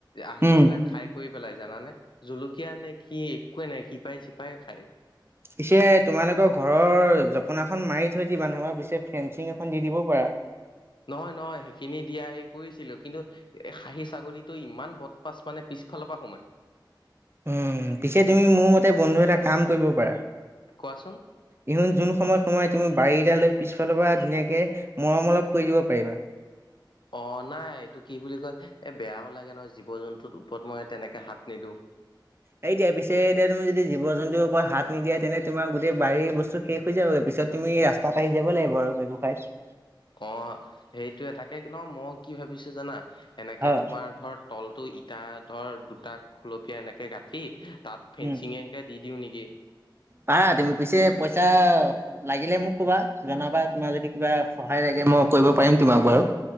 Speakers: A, on the left (about 70°); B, on the right (about 30°).
A: আহি
B: উম।
A: লৈ পেলাই খাই শেষ কৰি পেলাই জানানে জলকীয়া নে কি একোৱে নাই শিপাই চিপাই খাই
B: পিছে তোমালোকৰ ঘৰৰ জপনাখন মাৰি থৈ দিবা নহলে পিছে ফেঞ্চিং এখন দি দিবও পাৰা।
A: নহয় নহয় সেইখিনি দিয়া সেই কৰিছিলো কিন্তু এ খাহী ছাগলীটো ইমান বদমাছ মানে পিছফালৰ পৰা সোমাই
B: উম পিছে তুমি মোৰ মতে বন্ধু এটা কাম কৰিব পাৰা।
A: কোৱাচোন।
B: ইহুন যোন সময়ত সোয়াই তুমি বাৰী এডাল লৈ পিছফালৰ পৰা ধুনীয়াকৈ মৰম অলপ কৰি দিব পাৰিবা।
A: অ' নাই এইটো কি বুলি কয় এই বেয়াও লাগে নহয় জীৱ জন্তুৰ ওপৰত মই তেনেকে হাত নিদিওঁ।
B: সেইটোৱে পিছে এতিয়া তুমি যদি জীৱ জন্তুৰ ওপৰত হাত নিদিয়া তেনে তোমাৰ গোটেই বাৰী বস্তু শেষ হৈ যাবগে পিছত তুমি ৰাস্তাত আহি যাব লাগিব আৰু ব্যৱসায়ত।
A: অ' সেইটোয়ে তাকে নহ মই কি ভাবিছো জানা এনেকে
B: হয়,
A: তোমাৰ ধৰ তলটো ইটা ধৰ দুটা খুলপীয়া এনেকে গাঁঠি তাত ফেঞ্চি
B: উম।
A: ঙে দি দিওঁ নেকি।
B: পাৰা তুমি পিছে পইচা লাগিলে মোক কবা জনাবা, তোমাৰ যদি কিবা সহায় লাগে মই কৰিব পাৰিম তোমাক বাৰু।